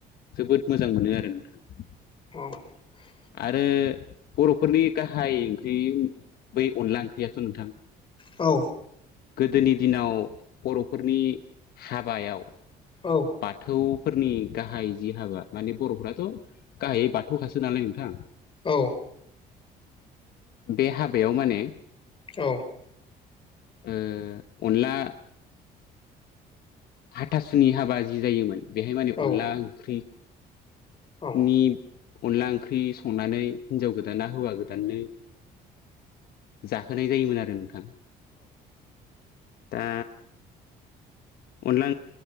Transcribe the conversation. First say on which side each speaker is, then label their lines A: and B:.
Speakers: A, on the left; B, on the left.
A: जोबोद मोजां मोनो आरो नोंथाङा
B: <inaudible>
A: आरो बर'फोरनि गाहाय ओंख्रि बै अनला ओंख्रियाथ' नोंथां
B: औ
A: गोदोनि दिनाव बर'फोरनि हाबायाव
B: औ
A: बाथौ फोरनि गाहाय जि हाबा माने बर'फोराथ' गाहायै बाथौखासो नालाय नोंथां
B: औ
A: बे हाबायाव माने
B: औ
A: ओ अनला हाथासुनि हाबा जि जायोमोन बेहाय माने
B: औ
A: अनला ओंख्रि
B: औ
A: नि अनला ओंख्रि संनानै हिनजाव गोदाना हौवा गोदाननो जाहोनाय जायोमोन आरो नोंथां दा। अनला